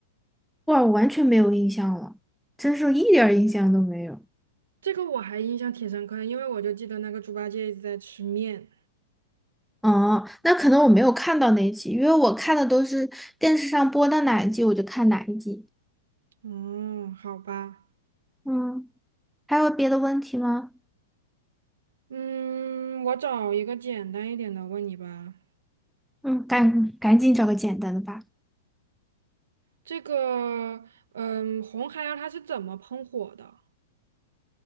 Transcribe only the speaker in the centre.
哇，我完全没有印象了，真是一点儿印象都没有。
哦，那可能我没有看到那一集，因为我看的都是电视上播到哪一集我就看哪一集。
嗯，还有别的问题吗？
嗯，赶赶紧找个简单的吧。